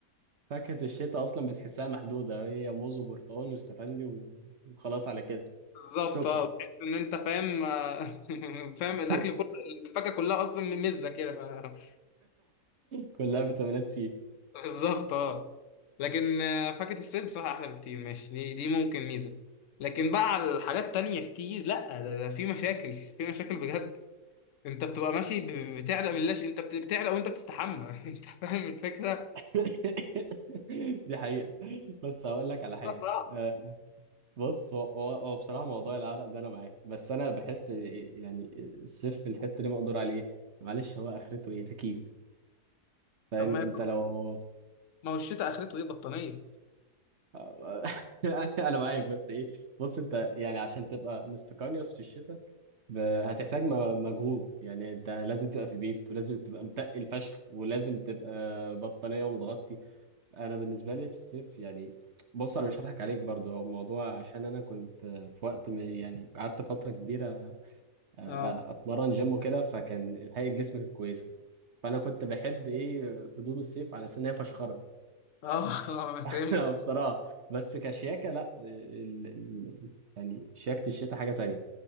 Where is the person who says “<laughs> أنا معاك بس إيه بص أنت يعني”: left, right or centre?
Right